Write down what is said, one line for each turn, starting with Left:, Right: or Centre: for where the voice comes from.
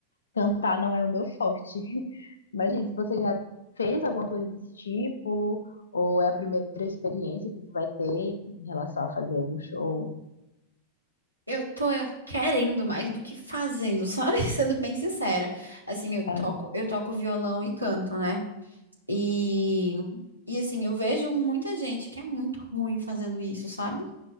Left: Cantar não é o meu forte. <laughs> Mas diz, você já fez alguma coisa desse tipo? Ou é a primeira experiência que tu vai ter em relação a fazer algum show?
Right: Eu tô é, querendo mais do que fazendo, sabe? <laughs> Sendo bem sincera. Assim, eu toco,
Left: Tá?
Right: eu toco violão e canto, né? E, e assim, eu vejo muita gente que é muito ruim fazendo isso, sabe?